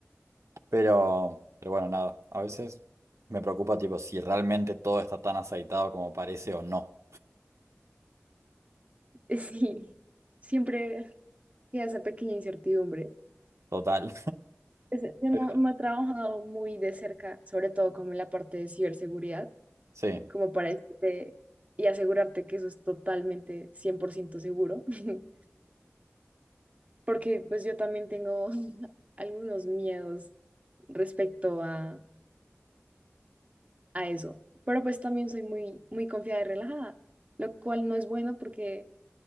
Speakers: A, on the right (about 85°); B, on the right (about 30°).
A: Pero, pero bueno, nada, a veces me preocupa tipo si realmente todo está tan aceitado como parece o no.
B: Sí, siempre queda esa pequeña incertidumbre.
A: Total.
B: Es- yo
A: <laughs> Pero
B: no, no he trabajado muy de cerca, sobre todo como en la parte de ciberseguridad,
A: sí.
B: como para decirte y asegurarte que eso es totalmente 100% seguro, <laughs> porque pues yo también tengo <laughs> algunos miedos respecto a, a eso, pero pues también soy muy, muy confiada y relajada, lo cual no es bueno porque